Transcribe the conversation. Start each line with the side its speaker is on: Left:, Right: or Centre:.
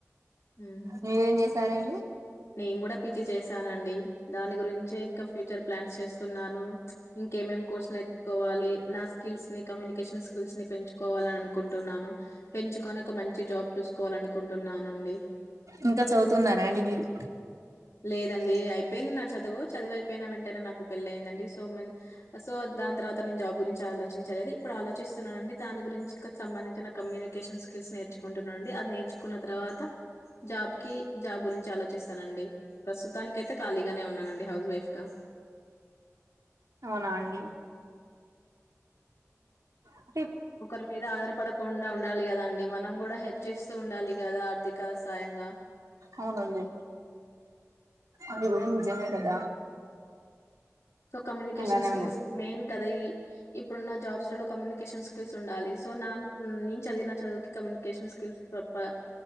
Left: హుహ్
Right: మీరేం చేశారండి
Left: నేను కూడా పీజీ చేసానండి దాని గురించే ఇంకా ఫ్యూచర్ ప్లాన్స్ చెస్ న్నాను ఇంకా ఏమేమేం కోర్స్ నేర్స్ కోవాలి నా స్కిల్స్ ని కమ్యూనికేషన్ స్కిల్స్ ని పెంచుకోవాలిని అనుకుంటున్నాను పెంచుకొని ఒక మంచి జాబ్ చూసుకోవాలి అనుకుంటున్నానండి
Right: ఇంకా చదువుతున్నారా అండి మీరు
Left: లేదండి అయిపోయింది నా చదువు చదువు అయిపోయిన వెంటనే నాకు పెళ్లి అయిందండి సో ఆ సో దాని తర్వాత నేను జాబ్ గురించి ఆలోచించాలలేదు ఇప్పుడు ఆలోచిస్తున్నానునండి. దాని గురించి ఇక్కడ సంబంధించిన కమ్యూని నికేషన్ స్కిల్స్ నేర్చుకుంటున్నాండి అది నేర్చుకున్న తర్వాత జాబ్ కి జాబ్ గురించి ఆలోచిస్తానండి ప్రస్తుతానికి అయితే ఖాళీగానే ఉన్నానండి హౌస్ వైఫ్గా
Right: అవునా అండ్ హ్
Left: ఒకరి మీద ఆధారపడకుండా ఉండాలి కదా అండి మనం కూడా హే చేస్తూ ఉండాలి కదా ఆర్థిక సాయంగా
Right: అవునండి అది కూడా నిజమే కదా
Left: సో కమ్యూనికేషన్
Right: అలానే
Left: స్కిల్స్
Right: ఉంది
Left: మెయిన్ కదా ఈ ఇప్పుడు నా జాబ్స్ లో కమ్యూనికేషన్ స్కిల్స్ ఉండాలి సో నా నేను చదివిన చదువు కమ్యూనికేషన్ స్కిల్స్ క్లాప్ప